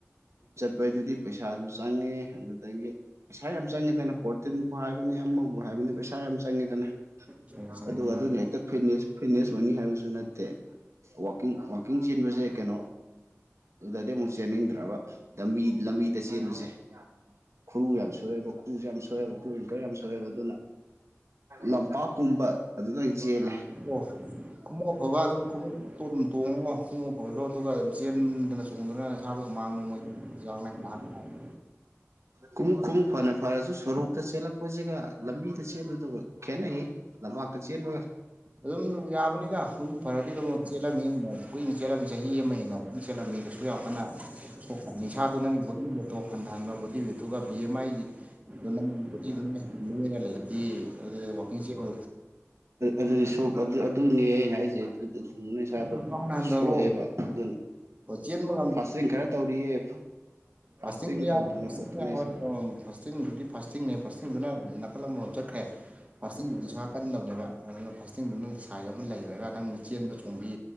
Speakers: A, on the right; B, on the right.
A: ꯑꯩꯈꯣꯏ ꯑꯗꯨꯗꯤ ꯄꯩꯁꯥꯁꯨ ꯆꯪꯉꯦ ꯑꯗꯨꯗꯒꯤ ꯄꯩꯁꯥ ꯌꯥꯝ ꯆꯪꯉꯤꯗꯅ ꯄꯣꯔꯇꯤꯟꯕꯨ ꯍꯥꯏꯕꯅꯤ ꯑꯃꯕꯨ ꯍꯥꯏꯕꯅꯤ ꯄꯩꯁꯥ ꯌꯥꯝ ꯆꯪꯉꯤꯗꯅ
B: ꯆꯣꯡꯉꯦ ꯆꯪꯉꯅꯤ
A: ꯑꯗꯨꯒ ꯑꯗꯨꯅ ꯍꯦꯛꯇ ꯐꯤꯠꯅꯦꯁ ꯐꯤꯠꯅꯦꯁ ꯑꯣꯏꯅꯤ ꯍꯥꯏꯕꯁꯨ ꯅꯠꯇꯦ ꯋꯥꯀꯤꯡ ꯋꯥꯀꯤꯡ ꯆꯦꯟꯕꯖꯦ ꯀꯩꯅꯣ ꯑꯗꯨꯗꯗꯤ ꯑꯃꯨꯛ ꯆꯦꯟꯅꯤꯡꯗ꯭ꯔꯕ ꯂꯝꯕꯤ ꯂꯝꯕꯤꯗ ꯆꯦꯟꯕꯁꯦ ꯈꯨꯔꯨ ꯌꯥꯝ ꯁꯣꯛꯑꯦꯕ ꯈꯨꯔꯨꯁꯦ ꯌꯥꯝ ꯁꯣꯛꯑꯦꯕ ꯈꯨ ꯑꯦꯡꯀ꯭ꯔ ꯌꯥꯝ ꯁꯣꯛꯑꯦꯕ ꯑꯗꯨꯅ ꯂꯝꯄꯥꯛꯀꯨꯝꯕ ꯑꯗꯨꯗ ꯑꯣꯏꯅ ꯆꯦꯜꯂꯦ
B: ꯑꯣ ꯈꯨꯃꯨꯡꯑꯐꯕ ꯑꯗꯨꯝ ꯈꯨꯃꯨꯛ ꯄꯣꯠ ꯑꯗꯨꯝ ꯇꯣꯡꯉꯒ ꯈꯣꯡꯎꯞ ꯑꯐꯕꯗꯣ ꯑꯗꯨꯒ ꯑꯗꯨꯝ ꯆꯦꯟꯗꯅ ꯆꯣꯡꯗꯅ ꯐꯥꯗꯣꯃꯥꯡ ꯅꯣꯡꯃꯩ ꯆꯥꯡ <unintelligible>
A: ꯈꯨꯃꯨꯛ ꯈꯨꯃꯨꯛ ꯐꯅ ꯐꯔꯁꯨ ꯁꯣꯔꯣꯛꯇ ꯆꯦꯜꯂꯛꯄꯁꯤꯒ ꯂꯝꯕꯤꯗ ꯆꯦꯟꯕꯗꯨꯒ ꯈꯦꯠꯅꯩꯍꯦ ꯂꯝꯄꯥꯛꯇ ꯆꯦꯟꯕꯒ
B: ꯑꯗꯨꯝ ꯌꯥꯕꯅꯤꯗ ꯁꯨꯝ ꯐꯔꯗꯤ ꯑꯗꯨꯃꯛ ꯆꯦꯜꯂꯝꯃꯤ ꯀꯨꯏꯅ ꯆꯦꯜꯂꯝꯃꯤ ꯆꯍꯤ ꯑꯃ ꯍꯦꯟꯅ ꯆꯦꯜꯂꯝꯂꯅꯤ ꯀꯩꯁꯨ ꯌꯥꯝ ꯀꯟꯅ ꯊꯣꯛꯅꯤꯁꯥꯗꯣ ꯅꯪꯒꯤ ꯕꯣꯗꯤ ꯋꯦꯜꯇꯣ ꯍꯟꯊꯍꯟꯕ ꯕꯣꯗꯤ ꯑꯗꯨꯒ ꯚꯤ ꯑꯦꯝ ꯑꯥꯏꯒꯤꯗꯣ ꯅꯪꯒꯤ ꯕꯣꯗꯤꯗꯨ ꯂ‌ꯦꯡ ꯂꯩꯍꯜꯂꯒꯗꯤ ꯑꯗꯨ ꯋꯥꯛꯀꯤꯡ ꯆ‌ꯦꯟꯕ
A: ꯑꯗꯨꯗꯤ ꯁꯣꯛ ꯑꯗꯨꯅꯦ ꯑꯩ ꯍꯥꯏꯁꯦ ꯏꯁꯩꯥꯗꯣ
B: ꯍꯥꯟꯅ ꯍꯟꯊꯍꯜꯂꯣ
A: ꯁꯣꯛꯑꯦꯕ ꯑꯗꯨꯅ
B: ꯆꯦꯟꯕ
A: ꯐꯥꯁꯇꯤꯡ ꯈꯔ ꯇꯧꯔꯤꯌꯦ ꯐꯥꯁꯇꯤꯡ
B: ꯐ <unintelligible>
A: ꯇꯧꯗꯅ ꯈꯣꯠꯇꯅ
B: ꯐꯥꯁꯇꯤꯡꯗꯨꯗꯤ ꯐꯥꯁꯇꯤꯡꯅꯦ ꯐꯥꯁꯇꯤꯡꯗꯨꯅ ꯅꯥꯀꯜ ꯑꯃꯥꯔ‌ꫭꯝ ꯆꯠꯈ꯭ꯔꯦ ꯐꯥꯁꯇꯤꯡꯗꯨꯗꯤ ꯁ ꯀꯟꯗꯕꯅꯦꯕ ꯑꯗꯨꯅ ꯐꯥꯁꯇꯤꯡꯗꯨ ꯅꯪ ꯁꯥꯏꯠ ꯑꯃ ꯂꯩꯈ꯭ꯔꯒ ꯅꯪ ꯆꯦꯟꯕ ꯆꯣꯡꯕꯤ